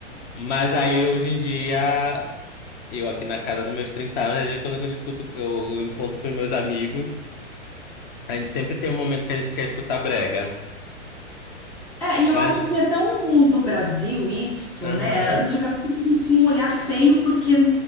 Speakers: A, on the left; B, in the centre.
A: Mas aí hoje em dia eu aqui na casa dos meus 30 anos, às vezes, quando eu, escuto, eu, eu encontro com meus amigos, a gente sempre tem um momento que a gente quer escutar brega.
B: É, e
A: Mas,
B: eu acho que é tão do Brasil isso,
A: aham,
B: né? Antigamente a gente tinha um olhar feio porque,